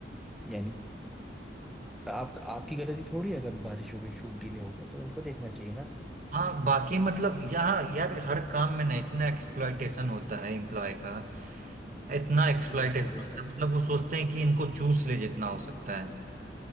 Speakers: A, in the centre; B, on the right.
A: यानी आप आपकी गलती थोड़ी है अगर बारिश हो गई शूट डीले हो गया तो उनको देखना चाहिए ना
B: हाँ बाकी मतलब यहाँ यार हर काम में ना इतना एक्सप्लॉयटेशन होता है एम्प्लॉय का इतना एक्सप्लॉयटेशन
A: बिल्कुल बिल्कुल
B: होता है मतलब वो सोचते हैं कि इनको चूस ले जितना हो सकता है